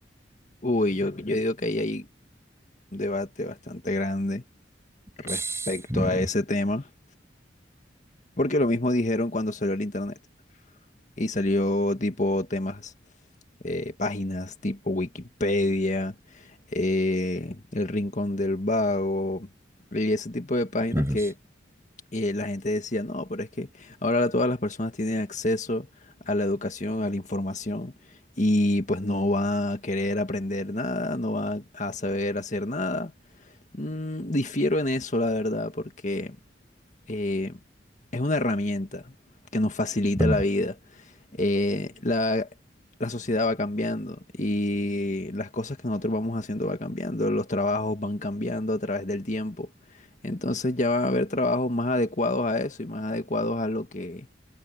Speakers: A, on the left; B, on the right.
A: Uy, yo, yo digo que ahí hay un debate bastante grande respecto
B: Sí,
A: a ese tema, porque lo mismo dijeron cuando salió el internet y salió tipo temas, eh, páginas tipo Wikipedia, eh, El Rincón del Vago y ese tipo de páginas
B: entonces,
A: que eh, la gente decía, no, pero es que ahora todas las personas tienen acceso a la educación, a la información. Y pues no va a querer aprender nada, no va a saber hacer nada. Mm, difiero en eso, la verdad, porque eh, es una herramienta que nos facilita
B: claro.
A: la vida. Eh, la, la sociedad va cambiando y las cosas que nosotros vamos haciendo va cambiando, los trabajos van cambiando a través del tiempo. Entonces ya van a haber trabajos más adecuados a eso y más adecuados a lo que,